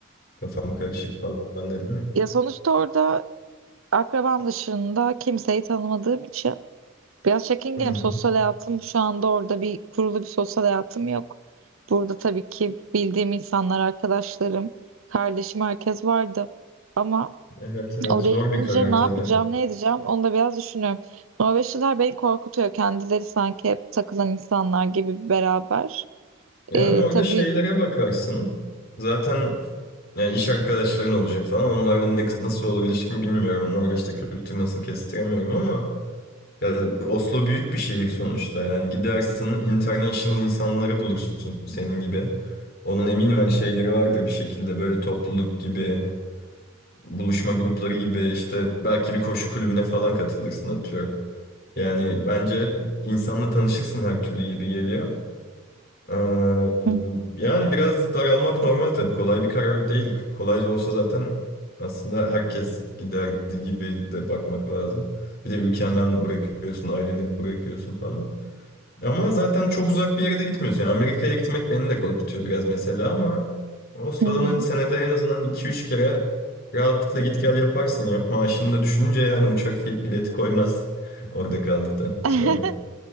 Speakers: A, on the left (about 50°); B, on the right (about 85°).
A: kafam karışık falan dedin ya.
B: Ya sonuçta orada akrabam dışında kimseyi tanımadığım için biraz çekingenim.
A: Hı. hı.
B: Sosyal hayatım şu anda orada bir kurulu bir sosyal hayatım yok. Burada tabii ki bildiğim insanlar, arkadaşlarım, kardeşim herkes vardı. Ama
A: Evet evet
B: Oraya
A: zor bir
B: gidince
A: karar
B: ne
A: tabii.
B: yapacağım, ne edeceğim onu da biraz düşünüyorum. Norveçliler beni korkutuyor. Kendileri sanki hep takılan insanlar gibi beraber.
A: Yani
B: Ee,
A: orada
B: tabii
A: şeylere bakarsın. Zaten yani iş arkadaşların olacak falan. Onlarla ne, nasıl olur ilişkin bilmiyorum. Norveç'te kültür nasıl kestiremiyorum ama ya Oslo büyük bir şehir sonuçta. Yani gidersin international insanları bulursun senin gibi. Onun eminim hani şeyleri vardır bir şekilde böyle topluluk gibi buluşma grupları gibi işte belki bir koşu kulübüne falan katılırsın atıyorum. Yani bence insanla tanışırsın her türlü gibi geliyor. Ee,
B: Hı
A: yani biraz daralmak normal tabii. Kolay bir karar değil. Kolay olsa zaten aslında herkes giderdi gibi de bakmak lazım. Bir de ülkenden bırakıyorsun, aileni bırakıyorsun falan. Ama zaten çok uzak bir yere de gitmiyorsun. Yani Amerika'ya gitmek beni de korkutuyor biraz mesela ama Oslo'dan
B: hı. hı.
A: hani senede en azından iki üç kere rahatlıkla git gel yaparsın ya. Maaşını da düşününce yani uçak fi- bileti koymaz <laughs> orada kaldıktan
B: <laughs>
A: sonra.